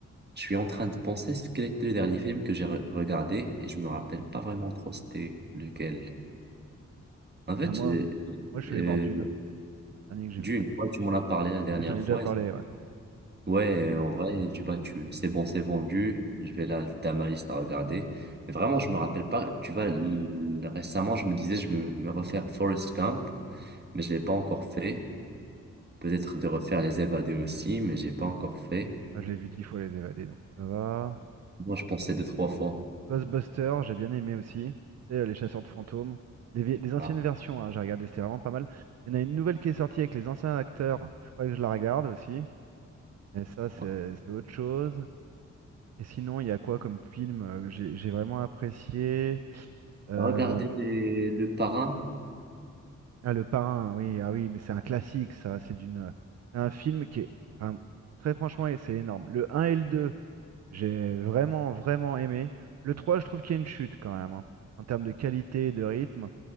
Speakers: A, on the right (about 35°); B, on the right (about 55°).
A: je suis en train de penser ce quel était le dernier film que j'ai re- regardé et je me rappelle pas vraiment trop c'était lequel. En fait,
B: Bah moi,
A: j'ai-
B: moi je suis
A: euh,
B: allé voir Dune. Le dernier que j'ai
A: Dune,
B: vu, c'était Dune.
A: ouais, tu m'en as parlé la dernière
B: Ouais, je t'en ai
A: fois.
B: déjà parlé, ouais.
A: Ouais,
B: Dune.
A: en vrai, tu vois, tu, c'est bon, c'est vendu. Je vais l'ajouter à ma liste à regarder. Mais vraiment, je me rappelle pas. Tu vois, l- récemment, je me disais, je me, me refaire Forrest Gump, mais je l'ai pas encore fait. Peut-être de refaire Les Évadés aussi, mais j'ai pas encore fait.
B: Moi, je l'ai vu dix fois Les Évadés, donc ça va.
A: Moi, je pensais deux, trois fois.
B: Ghostbusters, j'ai bien aimé aussi. Tu sais, Les Chasseurs de fantômes. Les, vie- les anciennes
A: Ah,
B: versions, hein, j'ai regardé, c'était vraiment pas mal. Il y en a une nouvelle qui est sortie avec les anciens acteurs. Il faudrait que je la regarde aussi. Mais ça, c'est
A: ouais.
B: c'est autre chose. Et sinon, il y a quoi comme film euh, que j'ai j'ai vraiment apprécié? Euh,
A: Regarder les- le parrain.
B: Ah, le parrain, oui, ah oui, mais c'est un classique, ça. C'est d'une, euh, c'est un film qui est, enfin, très franchement, et c'est énorme. Le un et le deux j'ai vraiment, vraiment aimé. Le trois je trouve qu'il y a une chute quand même, hein. En termes de qualité et de rythme,